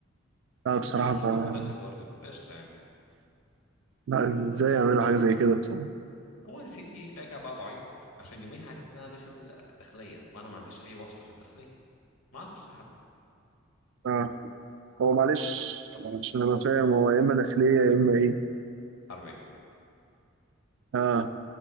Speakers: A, on the right; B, on the left.
A: لا بصراحة
B: والأحول
A: ما
B: ودخل برضه قشطة يعني
A: لا إزاي يعملوا حاجة زي كده بصراحة
B: هو يا سيدي راجع بقى بعيط عشان يوميها عرفت إن أنا داخل داخلية وأنا ما عنديش أي واسطة في الداخلية ما أعرفش حد
A: آه هو معلش عشان أنا فاهم هو يا إما داخلية يا إما إيه
B: حربية
A: آه